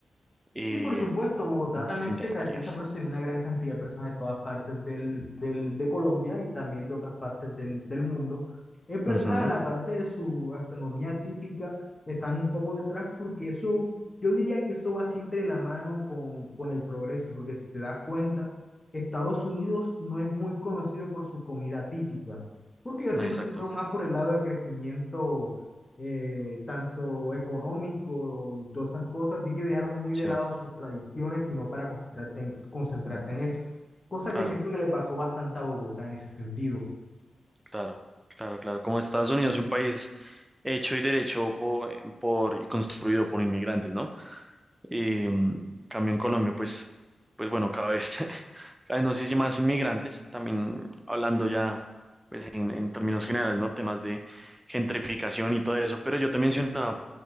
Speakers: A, on the right; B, on the left.
A: eh,
B: Sí, por supuesto, Bogotá
A: en
B: también
A: distintas
B: se caracteriza
A: áreas.
B: por eso hay una gran cantidad de personas de todas partes del, del- de Colombia y también de otras partes del, del mundo. Es verdad,
A: Ujú,
B: en la parte de su gastronomía típica están un poco detrás porque eso, yo diría que eso va siempre de la mano con, con el progreso, porque si te das cuenta, Estados Unidos no es muy conocido por su comida típica, porque ellos siempre
A: Exacto,
B: se fueron más por el lado del crecimiento eh, tanto económico y todas esas cosas, así que dejaron muy
A: sí,
B: de lado sus tradiciones, sino para concentrarte en- concentrarse en eso. Cosa
A: claro,
B: que siento que le pasó bastante a Bogotá en ese sentido.
A: claro, claro, claro. Como Estados Unidos es un país hecho y derecho po- por, y construido por inmigrantes, ¿no? Y mm, cambio en Colombia, pues, pues bueno, cada vez, <laughs> cada vez no sé si más inmigrantes, también hablando ya, pues en, en términos generales, ¿no? Temas de gentrificación y todo eso. Pero yo te mencionaba,